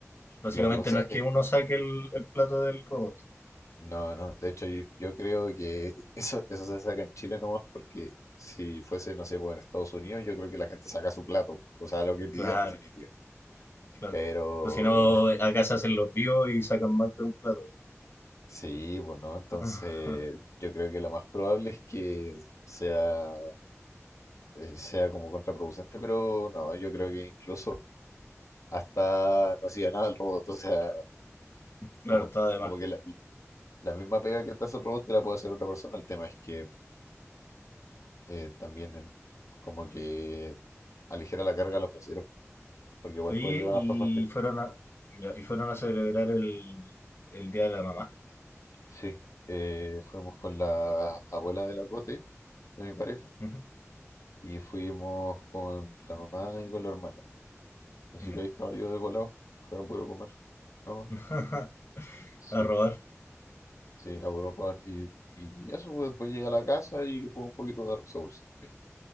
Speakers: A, on the left; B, on the left.
A: Básicamente
B: Lo que pasa
A: no es que
B: es
A: uno
B: que
A: saque el, el plato del robot.
B: No, no, de hecho yo, yo creo que eso, eso se saca en Chile nomás porque si fuese, no sé, pues en Estados Unidos yo creo que la gente saca su plato, o sea, lo que pidió
A: Claro,
B: en definitiva.
A: claro.
B: Pero
A: O si no, acá se hacen los vivos y sacan más de un plato.
B: <laughs> sí, pues no, entonces
A: <laughs>
B: yo creo que lo más probable es que sea, eh, sea como contraproducente, pero no, yo creo que incluso hasta no hacía nada el robot, o sea,
A: Claro,
B: como,
A: está de
B: como
A: más.
B: que la, la misma pega que te hace el robot te la puede hacer otra persona, el tema es que eh, también en- como que aligera la carga a los meseros, porque igual
A: Oye,
B: puede llevar
A: y
B: hartas bandejas.
A: fueron a, ya, y fueron a celebrar el, el Día de la Mamá.
B: Sí, Eh, fuimos con la abuela de la Cote, de mi pareja,
A: Ujú,
B: y fuimos con la mamá y con la hermana. Así
A: Ya.
B: que ahí estaba yo de colado, fue a puro comer, nomás.
A: <laughs>
B: Sí,
A: A robar,
B: sí, a puro robar. Y, y eso, pues, después llegué a la casa y jugué un poquito de Dark Souls también.